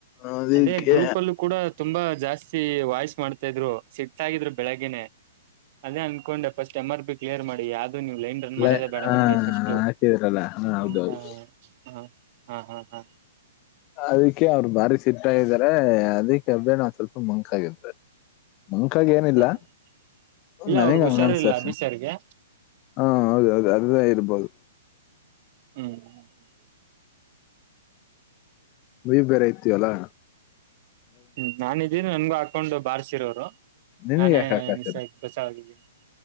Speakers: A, on the left (about 35°); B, on the right (about 45°).
A: ಅದಕ್ಕೆ
B: ಅದೇ ಗ್ರೂಪ್ ಅಲ್ಲೂ ಕೂಡ ತುಂಬಾ ಜಾಸ್ತಿ ವಾಯ್ಸ್ ಮಾಡ್ತಾ ಇದ್ರು ಸಿಟಗಿದ್ರು ಬೆಳಗ್ಗನೆೇ ಅದೇ ಅನ್ಕೊಂಡೆ first M R P clear ಮಾಡಿ ಯ ನೀವು ಲೈನ್ ರನ್ ಮಾಡದ
A: ಲೈ-
B: ಬೇಡ
A: ಹಾ
B: ನಂಗೆ ಫಸ್ಟ್
A: ಹಾಕಿದ್ರಲ್ಲ ಹಾ ಹೌದೌದು
B: ಅಂತ ಹ ಹಾ ಹ
A: ಅದಕ್ಕೆ ಅವ್ರು ಭಾರಿ ಸಿಟ್ಟ ಇದಾರೆ ಅದಿಕ್ಕೆ ಅಬ್ಬೇ ನಾ ಸ್ವಲ್ಪ ಮಂಕ ಆಗಿದೆ ಮುಂಖಾಗ ಏನಿಲ್ಲ
B: ಹ ಹ ಇಲ್ಲ
A: ನನಗ್
B: ಅವ್ರಗ್ ಹುಷಾರಿಲ್ಲ
A: ಹಂಗನ್ಸ್ತ
B: ಅಭಿ ಸರ್ಗೆ
A: ಹಾ ಹೌದೌದು ಅದದ ಇರ್ಬದು ಮಬಲ್
B: ಹ್ಮ್
A: ನೀವ್ ಬೇರೆ ಇತ ಅಲ್ಲಾ
B: ಹ್ಮ್ ನಾನ್ ಇದಿದ್ದೀನಿ ನನ್ಗು ಹಾಕೊಂಡ್ ಬಾರ್ಸಿರೋರು
A: ನಿನಗ್
B: ನಾನೇ
A: ಯಾಕೆ ಹಾಕಾತಿರ
B: ಮಿಸ ಬಸಾವಾಗಿದ್ದೀನಿ